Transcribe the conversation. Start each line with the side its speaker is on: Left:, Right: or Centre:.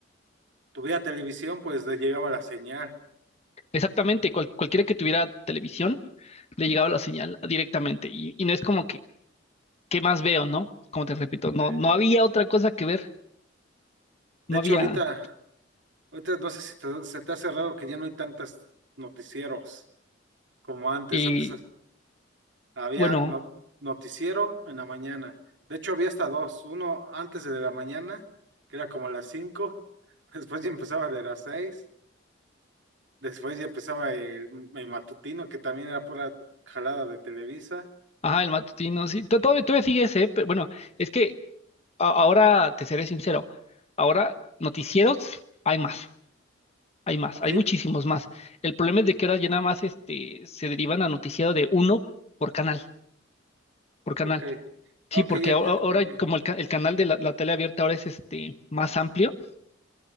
Right: tuviera televisión, pues le llegaba la señal.
Left: Exactamente, cual- cualquiera que tuviera televisión le llegaba la señal directamente y, y no es como que, ¿qué más veo, no? Como te repito, no,
Right: Sí.
Left: no había otra cosa que ver,
Right: De
Left: no
Right: hecho,
Left: había,
Right: ahorita, ahorita no sé si te- se te hace raro que ya no hay tantos noticieros como antes.
Left: y
Right: Antes había
Left: bueno,
Right: no- noticiero en la mañana. De hecho, había hasta dos. Uno antes de la mañana, que era como a las cinco. <laughs> Después ya empezaba de las seis. Después ya empezaba el, el matutino, que también era pura jalada de Televisa.
Left: ajá, el matutino, sí, to- todavía, todavía sigue ese, ¿eh? pero bueno, es que a- ahora, te seré sincero, ahora noticieros hay más, hay más, hay
Right: Sí,
Left: muchísimos más. El problema es de que ahora ya nada más este, se derivan a noticiero de uno por canal, por canal.
Right: ok.
Left: Sí,
Right: Ah, Ok,
Left: porque
Right: ya
Left: ahora,
Right: te
Left: ahora
Right: entendí.
Left: como el, ca- el canal de la, la tele abierta ahora es este más amplio,